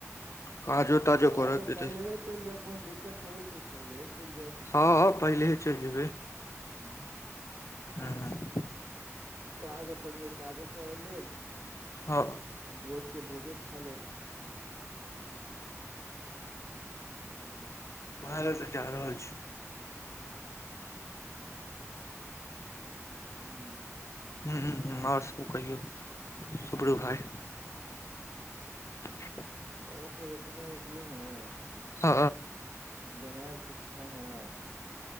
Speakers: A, on the left; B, on the right.
A: काजो ताजो
B: हँ
A: करऽ
B: तऽ
A: के
B: पहिलेहे चलि जायब कोनो दिक्कत थोड़े छै पहिलेहे चलि जायब
A: हँ पहिलेहे चलि जेबै
B: हूं
A: हूं
B: काज अपन यै काजो कये लेब
A: हँ
B: भोज के भोजो खाऽ लेब हूं
A: ओहे ले त जा रहल छी
B: हू
A: हूं हूं हूं आओर सब कहियौ सुपरू भाय ह
B: आओर सब एखने उठलू हें
A: ह
B: बनेअब कुछ खाना